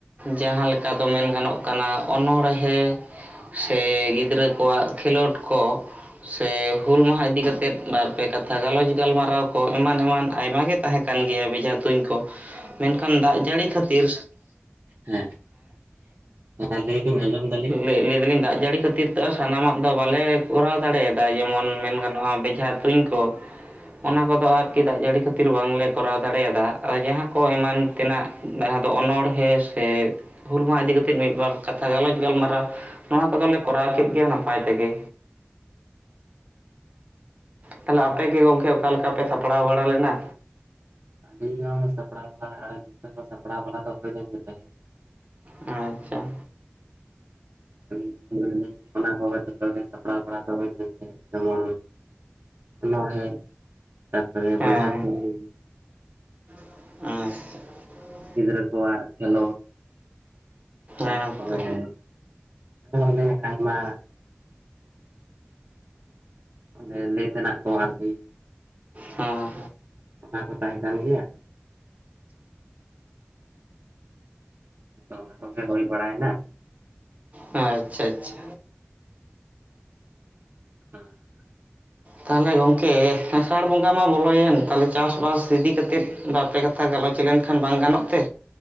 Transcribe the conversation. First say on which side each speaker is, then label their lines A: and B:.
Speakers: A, on the right; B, on the right.
A: ᱡᱟᱦᱟᱸ ᱞᱮᱠᱟ ᱫᱚ ᱢᱮᱱ ᱜᱟᱱᱚᱜ ᱠᱟᱱᱟ ᱚᱱᱚᱬᱦᱮᱸ ᱥᱮ ᱜᱤᱫᱽᱨᱟᱹ ᱠᱚᱣᱟᱜ ᱠᱷᱮᱞᱳᱰ ᱠᱚ ᱥᱮ ᱦᱩᱞ ᱢᱟᱦᱟ ᱤᱫᱤ ᱠᱟᱛᱮᱫ ᱵᱟᱨᱯᱮ ᱠᱟᱛᱷᱟ ᱜᱟᱞᱚᱪ ᱜᱟᱞᱢᱟᱨᱟᱣ ᱠᱚ ᱮᱢᱟᱱ ᱮᱢᱟᱱ ᱟᱭᱢᱟ ᱜᱮ ᱛᱟᱦᱮᱸ ᱠᱟᱱ ᱜᱮᱭᱟ ᱵᱮᱡᱟ ᱛᱩᱧ ᱠᱚ ᱢᱮᱱᱠᱷᱟᱱ ᱫᱟᱜ ᱡᱟᱹᱲᱤ ᱠᱷᱟᱹᱛᱤᱨ
B: ᱦᱮᱸ ᱦᱮᱸ ᱞᱟᱹᱭ ᱵᱤᱱ ᱟᱸᱡᱚᱢ ᱫᱟᱞᱤᱧ
A: ᱞᱟᱹᱭ ᱞᱟᱹᱭ ᱫᱟᱞᱤᱧ ᱫᱟᱜ ᱡᱟᱹᱲᱤ ᱠᱷᱟᱹᱛᱤᱨ ᱛᱮ ᱥᱟᱱᱟᱢᱟ-ᱜ ᱫᱚ ᱵᱟᱞᱮ ᱠᱚᱨᱟᱣ ᱫᱟᱲᱮᱭᱟᱫᱼᱟ ᱡᱮᱢᱚᱱ ᱢᱮᱱ ᱜᱟᱱᱚᱜᱼᱟ ᱵᱮᱡᱷᱟ ᱛᱩᱧ ᱠᱚᱼᱼ ᱚᱱᱟ
B: ᱦᱮᱸ
A: ᱠᱚᱫᱚ ᱟᱨᱠᱤ ᱫᱟᱜ ᱡᱟᱹᱲᱤ ᱠᱷᱟᱹᱛᱤᱨ ᱵᱟᱝ ᱞᱮ ᱠᱚᱨᱟᱣ ᱫᱟᱲᱮᱭᱟᱫᱼᱟ ᱟᱫᱚ ᱡᱟᱦᱟᱸ ᱠᱚ ᱮᱢᱟᱱ ᱛᱮᱱᱟᱜ ᱡᱟᱦᱟᱸ ᱫᱚ ᱚᱱᱬᱦᱮᱸ ᱥᱮ ᱦᱩᱞ ᱢᱟᱦᱟ ᱤᱫᱤ ᱠᱟᱛᱮᱫ ᱢᱤᱫ ᱵᱟᱨ ᱠᱟᱛᱷᱟ ᱜᱟᱞᱚᱪ ᱜᱟᱞᱢᱟᱨᱟᱣ ᱱᱚᱣᱟ ᱠᱚᱫᱚᱞᱮ ᱠᱚᱨᱟᱣ ᱠᱮᱫ ᱜᱮᱭᱟ ᱱᱟᱯᱟᱭ ᱛᱮᱜᱮ ᱛᱟᱦᱚᱞᱮ ᱟᱯᱮ ᱜᱮ ᱜᱚᱢᱠᱮ ᱚᱠᱟ ᱞᱮᱠᱟ ᱯᱮ ᱥᱟᱯᱲᱟᱣ ᱵᱟᱲᱟ ᱞᱮᱱᱟ?
B: <unintelligible> ᱥᱟᱯᱲᱟᱣ ᱵᱟᱞᱟ ᱟᱨ ᱱᱚᱛ ᱦᱚᱸ ᱥᱟᱯᱲᱟᱣ ᱵᱟᱲᱟ ᱫᱚ ᱦᱩᱭ ᱞᱮᱱ ᱜᱮ ᱛᱟᱦᱮᱸᱫ
A: ᱟᱪᱪᱷᱟ
B: <unintelligible> ᱚᱱᱟ ᱠᱚ ᱡᱚᱛᱚᱜ ᱜᱮ ᱥᱟᱯᱲᱟᱣ ᱵᱟᱲᱟ ᱡᱮᱢᱚᱱ ᱚᱱᱟᱬᱦᱮ, ᱛᱟᱨᱯᱚᱨᱮ
A: ᱦᱮᱸ
B: ᱵᱮᱡᱷᱟ
A: ᱦᱮᱸ
B: ᱛᱩᱧ
A: <unintelligible>
B: ᱜᱤᱫᱽᱨᱟᱹ ᱠᱚᱣᱟᱜ ᱠᱷᱮᱞᱳᱰ ᱛᱟᱨᱯᱚᱨᱮ
A: ᱦᱮᱸ ᱛᱚ
B: ᱜᱮ ᱚᱱᱮ ᱟᱭᱢᱟᱼᱼ ᱟᱰᱮ ᱞᱟᱹᱭ ᱛᱮᱱᱟᱜ ᱠᱚ ᱟᱨᱠᱤ᱾
A: ᱦᱮᱸ᱾
B: ᱚᱱᱟ ᱠᱚ ᱛᱟᱦᱮᱸ ᱠᱟᱱ ᱜᱮᱭᱟ᱾ ᱚᱱᱟ ᱠᱚ ᱜᱮ ᱦᱩᱭ ᱵᱟᱲᱟᱭᱮᱱᱟ᱾
A: ᱟᱪᱪᱷᱟ ᱟᱪᱪᱷᱟ᱾
B: <unintelligible>
A: ᱛᱟᱦᱚᱞᱮ ᱜᱚᱢᱠᱮ ᱟᱥᱟᱲ ᱵᱚᱸᱜᱟ ᱢᱟ ᱵᱚᱞᱚᱭᱮᱱ ᱛᱟᱦᱚᱞᱮ ᱪᱟᱥᱵᱟᱥ ᱤᱫᱤ ᱠᱟᱛᱮᱫᱼᱼ ᱵᱟᱨ ᱯᱮ ᱠᱟᱛᱷᱟ ᱜᱟᱞᱚᱪ ᱞᱮᱱᱠᱷᱟᱱ ᱵᱟᱝ ᱜᱟᱱᱚᱜ ᱛᱮ?